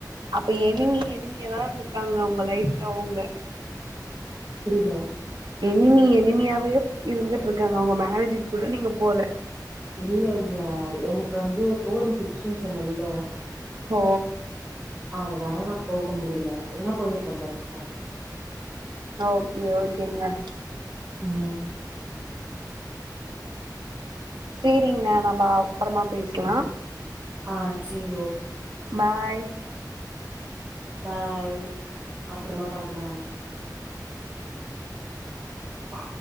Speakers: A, on the right; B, on the right.
A: அப்ப எனிமி எனிமி யாராவது இருந்துருக்காங்ளா உங்க லைஃப் அவங்க
B: புரியல
A: எனிமி எனிமியாவே இருந்துட்ருக்காங்க அவுங்க மேரேஜிக்கு கூட நீங்க போல
B: இல்ல இல்ல எனக்கு வந்து போற சுச்சுவேஷன் இல்ல
A: ஓ
B: அதனால நான் போக முடியல இல்லனா போயிருப்பே கன்ஃபாம்
A: ஓகே ஓகேங்க
B: உம்
A: சேரிங்க நம்ம அப்புறமா பேசலா
B: ஆஹ் சேரி ஓ
A: பாய்
B: பாய் அ அப்றமா பாக்கலாம் ப்பா